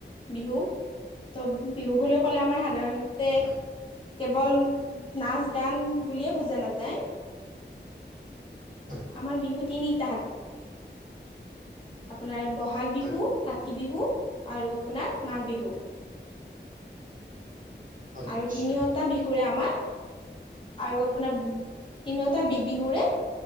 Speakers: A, on the left; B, on the right.
A: বিহু। ত' বিহু বুলি ক'লে আমাৰ সাধাৰণতে
B: হয়
A: কেৱল নাচ-গান বুলিয়ে বুজা নাযায়।
B: হয়
A: আমাৰ বিহু তিনিটা, তাহা আপোনাৰ বহাগ বিহু,
B: হয়
A: কাতি বিহু, আৰু আপোনাৰ মাঘ বিহু।
B: হয়
A: আৰু
B: নিশ্চয়
A: তিনিওটা বিহুৰে আমাৰ আৰু আপোনাৰ তিনিওটা বি-বিহুৰে